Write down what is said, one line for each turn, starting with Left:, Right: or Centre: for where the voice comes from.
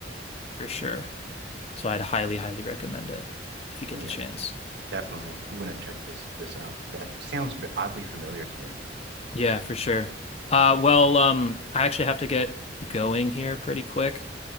Left: for sure So I'd highly, highly recommend it if you get
Right: Oh yeah,
Left: the chance.
Right: definitely. I'm gonna check this this out because that sounds v- oddly familiar to me.
Left: Yeah, for sure. Uh, well, um, I actually have to get going here pretty quick.